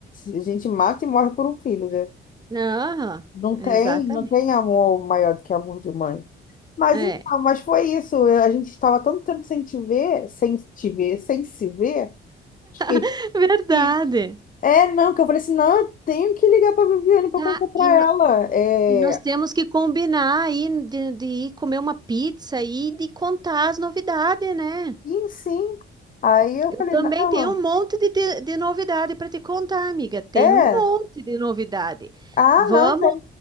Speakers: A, on the left; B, on the right.
A: a gente mata e morre por um filho, né?
B: Ah,
A: Não
B: exatamente.
A: tem, não tem amor maior do que amor de mãe. Mas
B: É,
A: então, mas foi isso. A gente estava tanto tempo sem te ver, sem te ver, sem se ver, que,
B: <laughs> verdade.
A: que- é, não, que eu falei assim, não, eu tenho que ligar para Viviane para
B: Tá,
A: contar para
B: e, no-
A: ela. É,
B: e nós temos que combinar aí de, de ir comer uma pizza e de contar as novidades, né?
A: e sim. Aí eu
B: Eu
A: falei,
B: também
A: não,
B: tenho um monte de, de, de novidade para te contar, amiga. Tem
A: é.
B: um monte de novidade.
A: Ah,
B: Vamos,
A: não, então